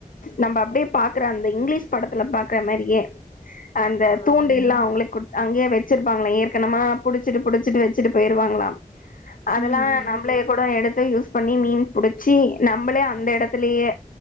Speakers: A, on the left (about 75°); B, on the left (about 50°).
A: நம்ப அப்டியே பாக்குற அந்த இங்கிலீஷ் படத்துல பாக்குற மாறியே அந்த
B: ஆ
A: தூண்டில்லா அவுங்ளே கு அங்கயே வெச்சிருப்பாங்ளா ஏற்கனமா புடிச்சிட்டு புடிச்சிட்டு வெச்சுட்டு போயிருவாங்களாம் அதனால
B: ம் ம்
A: நம்ளே கூட எடுத்து யூஸ் பண்ணி மீன் புடிச்சி நம்மளே அந்த எடத்துலயே